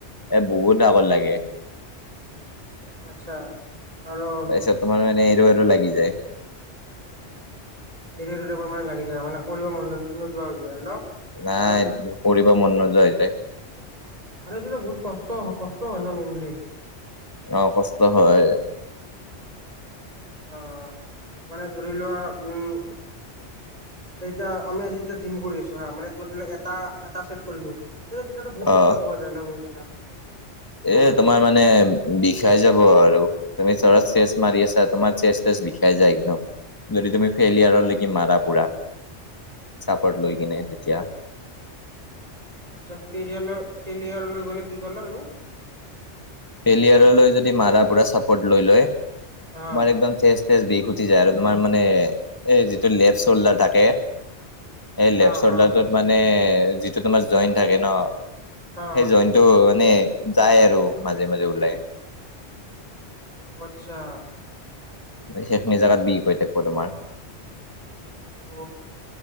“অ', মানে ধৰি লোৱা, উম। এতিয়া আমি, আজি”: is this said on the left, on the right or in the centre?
Right